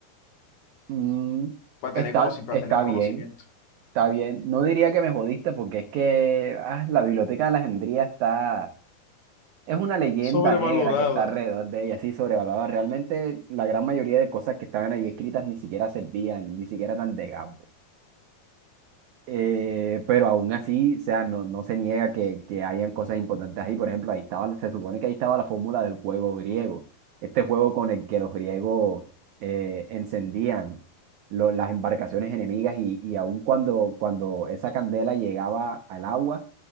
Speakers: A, on the right; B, on the left.
A: Mm,
B: para
A: está,
B: tener conoci- para
A: está
B: tener conocimiento.
A: bien, está bien. No diría que me jodiste porque es que ah, la Biblioteca de Alejandría está... Es una leyenda
B: Sobrevalorada.
A: negra que está alrededor de ella, así sobrevalorada. Realmente la gran mayoría de cosas que estaban ahí escritas ni siquiera servían, ni siquiera eran de Gabo. Eh, pero aún así, o sea, no, no se niega que, que hayan cosas importantes ahí. Por ejemplo, ahí estaba, se supone que ahí estaba la fórmula del juego griego. Este juego con el que los griegos eh, encendían lo- las embarcaciones enemigas y, y aún cuando, cuando esa candela llegaba al agua,